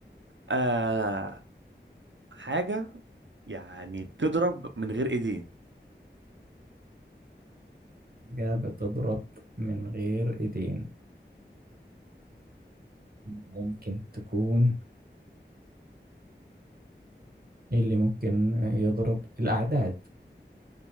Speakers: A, on the right (about 80°); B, on the right (about 55°).
A: آه حاجة يعني بتضرب من غير ايدين
B: حاجة بتضرب من غير إيدين ممكن تكون إيه اللي ممكن يضرب الأعداد